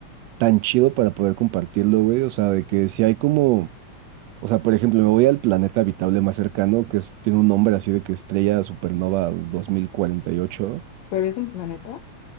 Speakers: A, on the right; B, on the left.
A: tan chido para poder compartirlo, güey. O sea, de que si hay como, o sea, por ejemplo, me voy al planeta habitable más cercano, que es- tiene un nombre así de que Estrella Supernova dos mil cuarenta y ocho
B: ¿Pero es un planeta?